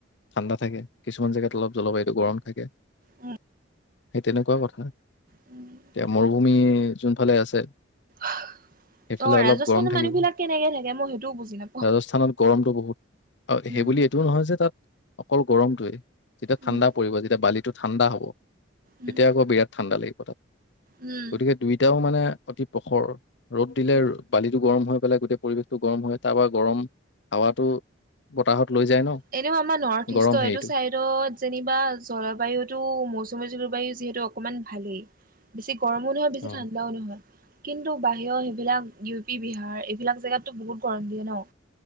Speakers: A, on the left; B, on the right.
A: ঠাণ্ডা থাকে কিছুমান জেগাত অলপ জলবায়ু গৰম থাকে,
B: অ
A: সেই তেনেকুৱা কথা
B: অ
A: এতিয়া মোৰ ভূমি যোন ফালে আছে।
B: অ'
A: সেইফালে
B: ৰাজস্থানৰ
A: অলপ গৰম থাকিব।
B: মানুহ বিলাক কেনেকে থাকে মই সেইটোও বুজি নাপাওঁ।
A: ৰাজস্থানত গৰমটো বহুত, আৰু
B: উম
A: সেই বুলি এইটোও নহয় যে তাত অকল গৰমটোৱেই। যেতিয়া ঠাণ্ডা
B: উম
A: পৰিব যেতিয়া বালিটো ঠাণ্ডা হ'ব, তেতিয়া
B: উম
A: আকৌ বিৰাট ঠাণ্ডা লাগে।
B: উম
A: গতিকে দুইটাও মানে অতি প্ৰখৰ ৰ'দ দিলে
B: উম
A: বালিটো গৰম হৈ পেলাই গোটেই পৰিৱেশটো গৰম হৈ তাৰপৰা গৰম হাৱাটো বতাহত লৈ যায় ন'।
B: এনেও আমাৰ নৰ্থ ইষ্টৰ
A: গৰম হেৰিটো
B: এইটো চাইড তত যেনিবা জলবায়ুটো মৌচুমী জলবায়ু যিহেতু অকমান ভালেই। বেছি গৰমো নহয় বেছি
A: অ
B: ঠাণ্ডাও নহয়। কিন্তু বাহিৰৰ সেইবিলাক ইউ পি, বিহাৰ এইবিলাক জেগাতো বহুত গৰম দিয়ে ন'।